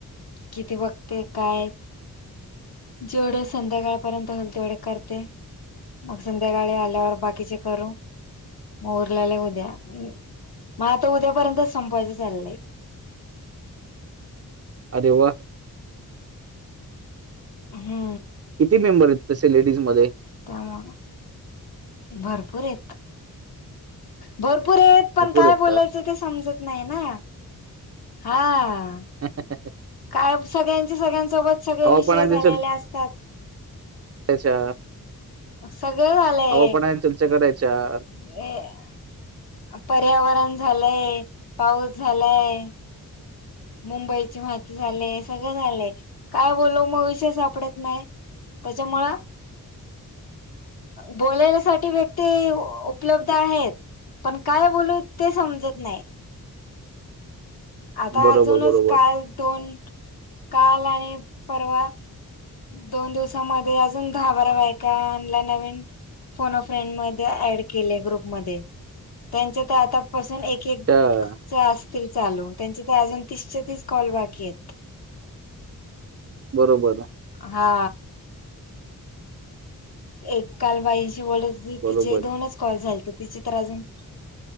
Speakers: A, on the left; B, on the right.
A: किती बघती... काय? जेवढं संध्याकाळपर्यंत होईल... तेवढे करते. मग संध्याकाळी... आल्यावर बाकीचे करू. मग उरलेलं उद्या... माझं तर आता उद्यापर्यंतच.. संपवायचं चाललंय.
B: अरे वा
A: हू.
B: किती मेंबर हेत... तसे लेडीज मध्ये?
A: त्यामुळं... भरपूर हेत. भरपूर हेत... पण
B: भरपूर
A: काय
B: आहेत
A: बोलायचं
B: का
A: ते समजत नाई ना... हा.
B: <unintelligible>
A: काय मग... सगळ्यांचे, सगळ्यांसोबत, सगळे
B: हवापणाच्या
A: विषय झालेले असतात
B: हेच्यात...
A: सगळं झालंय
B: हवा पाण्यावर चर्चा करायच्यात.
A: <unintelligible> पर्यावरण झालंय... पाऊस झालाय. मुंबईची माहिती झालय... सगळं झालंय... काय बोलू... मग विषय सापडत नाय. कशामुळा? बोलायल्यासाठी... व्यक्ती उपलब्ध आहेत पण... काय बोलू ते समजत नाय. आता
B: बरोबर
A: अजूनच
B: बरोबर
A: काल.... दोन.... काल आणि परवा दोन दिवसामध्ये.. अजून दहा बारा बायकां आणल्या नवीन फोन अं फ्रेइंड मधे ऍड केले ग्रुप मध्ये... त्याच्या तर आता पसून एक केकचे
B: अच्छा
A: असतील चालू... त्यांचे तर अजून तीसच्या तीस कॉल बाकी हेत.
B: बरोबर ए.
A: हा. एक काल बाईंशी बोलत होते...
B: बरोबर
A: तिचे ही दोनच कॉल झालते.. तिचे तर अजून